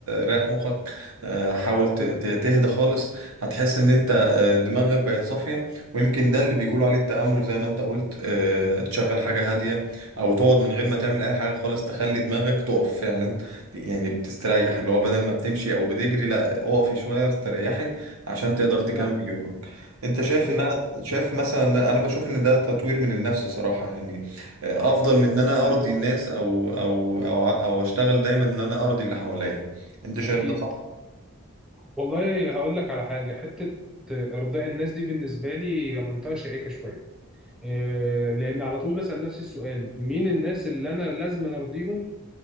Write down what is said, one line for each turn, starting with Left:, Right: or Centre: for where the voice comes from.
Right: رايح مخك آه، حاول ت-
Centre: مم.
Right: ت- تهدى خالص هتحس ان انت آه، دماغك بقت صافية ويمكن ده اللي بيقولوا عليه التأمل زي ما انت قلت آه، تشغل
Centre: آه.
Right: حاجة هادية او تقعد من غير ما تعمل اي حاجه خالص تخلي دماغك تقف فعلا يعني بتستريح اللي هو بدل ما بتمشي او بتجري لا اقفي شويه استريحي عشان تقدر تكمل
Centre: صح
Right: يومك انت شايف
Centre: دي
Right: ان
Centre: حقيقة
Right: شايف مثلا انا بشوف ان ده تطوير من النفس صراحه يعني آه، افضل
Centre: مم.
Right: من ان انا ارضي الناس او او او, أو اشتغل دايما ان انا ارضي اللي حواليا انت شايف
Centre: اكيد
Right: ده صح
Centre: والله هقول لك على حاجة حتة إرضاء الناس دي بالنسبة لي هي منطقة شائكة شوية إيه، لأن على طول بسأل نفسي السؤال مين الناس اللي أنا لازم أرضيهم